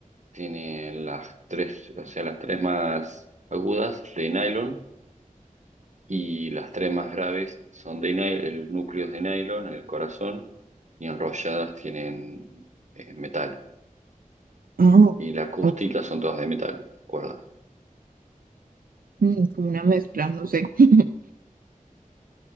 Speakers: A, on the right (about 55°); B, on the right (about 85°).
A: Tiene las tres, o sea, las tres más agudas de nylon y las tres más graves son de nylon, el núcleo es de nylon, el corazón y enrolladas tienen eh, metal.
B: Oh,
A: Y la acústica
B: oh,
A: son todas de metal, las cuerdas.
B: mm, como una mezcla, no sé. <laughs>